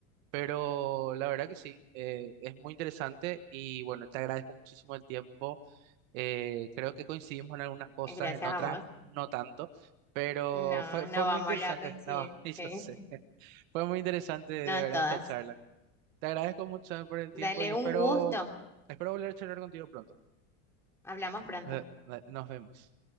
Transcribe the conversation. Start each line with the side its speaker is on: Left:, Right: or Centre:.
Right: Pero la verdad que sí, eh, es muy interesante y bueno, te agradezco muchísimo el tiempo. Eh, creo que coincidimos en algunas cosas,
Centre: Gracias
Right: en otras
Centre: a vos.
Right: no tanto, pero
Centre: No,
Right: fue,
Centre: no
Right: fue muy
Centre: vamos
Right: interesante.
Centre: a coincidir.
Right: <laughs> No, y
Centre: Sí,
Right: yo sé, fue muy interesante
Centre: <laughs>
Right: de
Centre: no en
Right: verdad
Centre: todas.
Right: esta charla. Te agradezco mucho por el tiempo
Centre: Dale
Right: y
Centre: un
Right: espero,
Centre: gusto.
Right: espero volver a charlar contigo pronto.
Centre: Hablamos pronto.
Right: Eh, nos vemos.